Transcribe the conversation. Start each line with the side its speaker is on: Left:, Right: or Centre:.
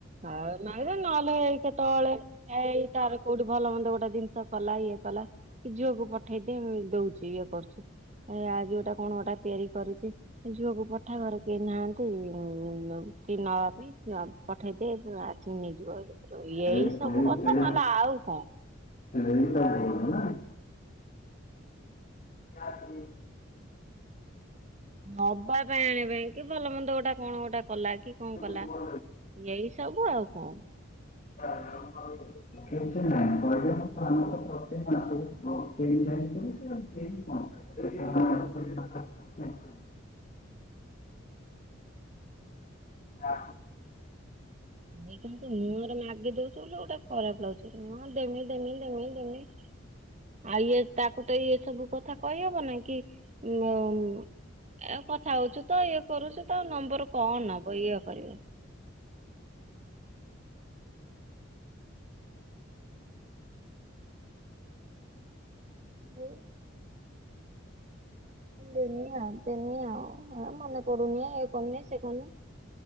Right: ଆଉ <unintelligible> ନହେଲେ କେତୋବୋଳେ ଏଇ ତାର କୋଉଠି ଭଲ ମନ୍ଦ ଗୋଟାଏ ଦିନ୍ସ କଲା ଇଏ କଲା କି ଝିଅକୁ ପଠେଇ ଦେ ମୁଁ ଦୋଉଛି ଇଏ କରୁଛି। ଏଁ ଆଜି ଗୋଟାଏ କଣ ଗୋଟାଏ ତିଆରି କରୁଚି ଝିଅକୁ ପ ଠା ଘରେ କେହି ନାହାନ୍ତି <unintelligible> ନବା ପାଇଁ। <unintelligible> ପଠେଇ ଦେ ଆସିକି ନେଇଯିବ ଏଇ କରିବ
Left: ସେ ସେଇ
Right: ଏଇ ସବୁ କଥା
Left: ସେଇ
Right: ନହେଲେ ଆଉ କଣ?
Left: <unintelligible> <unintelligible>
Right: ନବା ପାଇଁ ଆଣିବା ପାଇଁ କି ଭଲ ମନ୍ଦ ଗୋଟାଏ କଣ ଗୋ ଟା କଲା କି କଁ କଲା
Left: ଭୁଲ
Right: ଏଇ ସବୁ ଆଉ କଁ।
Left: <unintelligible> <unintelligible> ଆମର ତ ପ୍ରତ୍ୟେକ ମାସକୁ <unintelligible> <unintelligible> ଆ
Right: ହେଇ କିନ୍ତୁ ମୁହଁରେ ମାଗିଦଉଚି ବୋଲି ଗୋଟେ ଖରାପ୍ ଲାଗୁଚି ଦେମି ଦେମି ଦେମି ଦେମି। ଆଉ ଇଏ ତାକୁ ତ ଏଇ ସବୁ କଥା କହିହବ ନାଇଁ କି? ଉ କଥା ହଉଚୁ ତ ଇଏ କରୁଛୁ ତ ନମ୍ବର କଣ ହବ। ସେଇଆ। ହଁ। ଦେମି ଆଉ ଦେମି ଆଉ ମନେ ପଡୁନି ଇଏ କରୁନି ସିଏ କରୁନି।